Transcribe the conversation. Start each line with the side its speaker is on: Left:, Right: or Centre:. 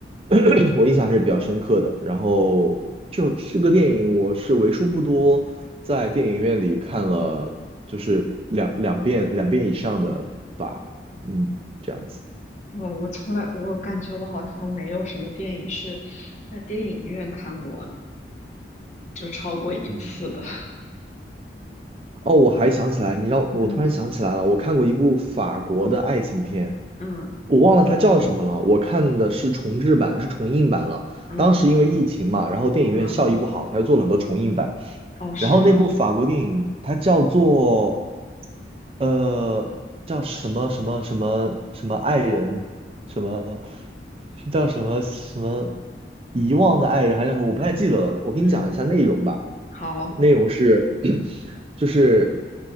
Right: <clears throat> 我印象还是比较深刻的。然后就这个电影，我是为数不多在电影院里看了，就是两两遍两遍以上的吧。嗯，这样子。
Left: 哇，我从来，我感觉我好像没有什么电影是在电影院看过，就超过一次的。
Right: 嗯，
Left: <laughs>
Right: 哦，我还想起来，你让我突然想起来了，
Left: 嗯
Right: 我看过一部法国的爱情片，
Left: 嗯
Right: 我忘了它叫什么了。我看的是重制版，是重映版了。
Left: 嗯
Right: 当时因为疫情嘛，然后电影院效益不好，
Left: 嗯，
Right: 他又做了很多重映版。
Left: 哦，是吗？
Right: 然后那部法国电影它叫做呃叫什么什么什么什么爱人，什么叫什么什么遗忘的爱人，还是什么我不太记得了。我给你讲一下内容吧。
Left: 嗯，好，
Right: 内容是 <clears throat> 就是